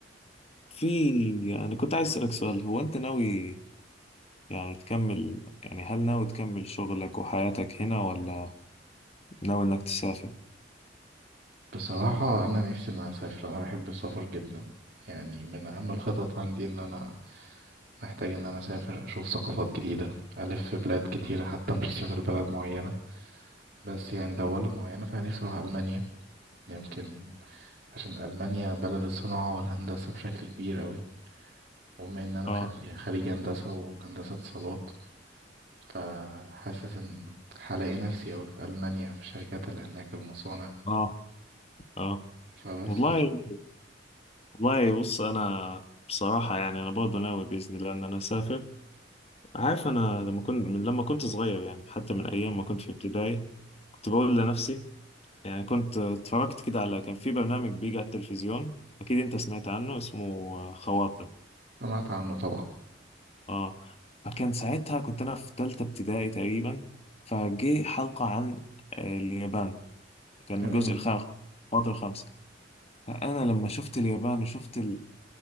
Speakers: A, on the left (about 35°); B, on the right (about 50°).
A: في أنا كنت عايز أسألك سؤال هو أنت ناوي يعني تكمل يعني هل ناوي تكمل شغلك وحياتك هنا ولا ناوي إنك تسافر؟
B: بصراحه انا نفسي ان انا اسافر انا بحب السفر جدا يعني من اهم الخطط عندي ان انا محتاج ان انا اسافر اشوف ثقافات جديده الف في بلاد كتيره حتى مش هسافر بلد معينه بس يعني لو بلد معينه فانا نفسي اروح المانيا يمكن عشان المانيا بلد الصناعه والهندسه بشكل كبير أوي وبما ان انا
A: آه
B: خريج خريج هندسه وهندسه اتصالات فحاسس ان هلاقي نفسي اوي في المانيا في الشركات اللي هناك المصانع
A: آه آه
B: فبس
A: والله
B: من
A: والله بص أنا بصراحة يعني أنا برضه ناوي بإذن الله إن أنا أسافر عارف أنا لما كنت من لما كنت صغير يعني حتى من أيام ما كنت في ابتدائي كنت بقول لنفسي يعني كنت اتفرجت كده على كان في برنامج بيجي على التلفزيون أكيد أنت سمعت عنه اسمه خواطر
B: سمعت عنه طبعا
A: اه فكان ساعتها كنت انا في تالتة ابتدائي تقريبا فجه حلقة عن آه، اليابان كان
B: جميل
A: الجزء الخامس الفاضل الخامس فانا لما شفت اليابان وشفت ال...